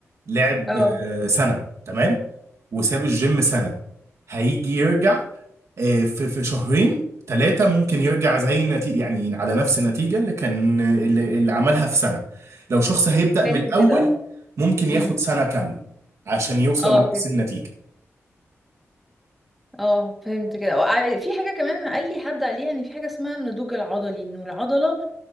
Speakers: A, on the right (about 65°); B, in the centre.
A: لعب
B: اه
A: آه، سنة تمام وساب الجيم سنة هيجي يرجع آه، في في شهرين ثلاثة ممكن يرجع زي النتيجة يعني على نفس النتيجة اللي كان اللي, اللي عملها في سنة لو شخص هيبدأ
B: فهمت
A: من الأول
B: كده اه
A: ممكن ياخد
B: امم
A: سنة كاملة عشان يوصل
B: اه
A: لنفس
B: كده
A: النتيجة
B: اه فهمت كده وع- في حاجة كمان قال لي حد عليها ان في حاجة اسمها النضوج العضلي انه العضلة